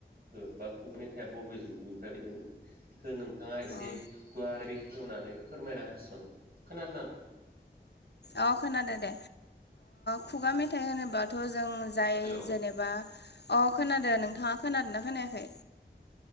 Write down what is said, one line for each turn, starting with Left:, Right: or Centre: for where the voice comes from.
Right: ओ बा खुगा मेथाया बबे जुगनिफ्राय फैदोंमोन बेखौ नोंथाङा एसे
Left: अ
Right: गुवारै बेख होननानै फोरमायना होसुन। खोन जोंना?
Left: औ खोनादों दे खुगा मेथाइ होनोबाथ' जों जाय
Right: हेलौ
Left: जेनेबा अ खोनादों नोंथां। खोनादोंना खोनायाखै